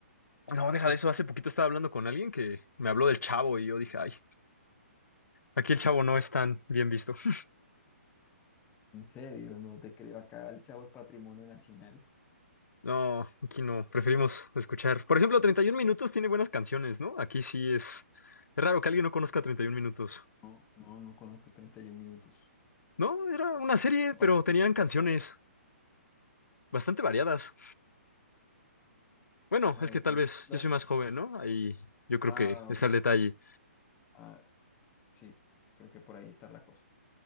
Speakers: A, on the left (about 80°); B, on the left (about 20°).
A: No, deja de eso, hace poquito estaba hablando con alguien que me habló del Chavo y yo dije, ay, aquí el Chavo no es tan bien visto. <laughs>
B: En serio, no te creo. Acá el Chavo es patrimonio nacional.
A: No, aquí no, preferimos escuchar. Por ejemplo, 31 minutos tiene buenas canciones, ¿no? Aquí sí es, es raro que alguien no conozca 31 minutos.
B: No, no, no conozco 31 minutos.
A: No, era una serie, pero
B: Para,
A: tenían canciones bastante variadas. Bueno,
B: a
A: es
B: ver,
A: que tal
B: cantinflas.
A: vez yo soy más joven, ¿no? Ahí yo creo
B: Ah,
A: que está el detalle,
B: ah, sí, creo que por ahí está la cosa.